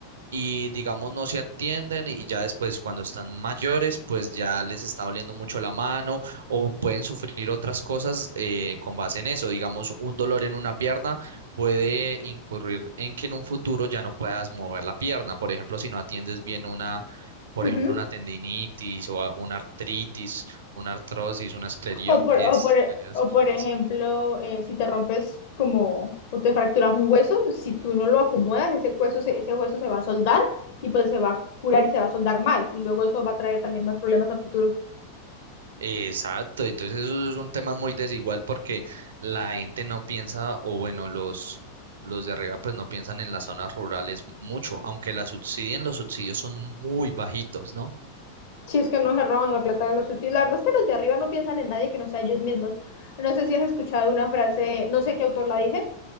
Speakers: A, on the right (about 60°); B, on the left (about 50°).
A: y digamos no se atienden y ya después cuando están mayores pues ya les está doliendo mucho la mano o pueden sufrir otras cosas eh, con base en eso. Digamos un dolor en una pierna puede incurrir en que en un futuro ya no puedas mover la pierna. Por ejemplo, si no atiendes bien una, por
B: ujú.
A: ejemplo, una tendinitis o a- una artritis, una artrosis, una esclerio-
B: O por,
A: esclerosis
B: o por, o por
A: o algo
B: ejemplo,
A: así.
B: eh, si te rompes como o te fracturas un hueso, si tú no lo acomodas, ese hueso se, ese hueso se va a soldar y pues se va a curar y se va a soldar mal. Y luego eso va a traer también más problemas a futuro.
A: Exacto, entonces esos son temas muy desigual porque la gente no piensa, o bueno, los, los de arriba pues no piensan en las zonas rurales mucho, aunque las subsidien, los subsidios son muy bajitos, ¿no?
B: Si es que no se roban la plata de los subsidios. La verdad es que los de arriba no piensan en nadie que no sea ellos mismos. No sé si has escuchado una frase, no sé qué autor la dice,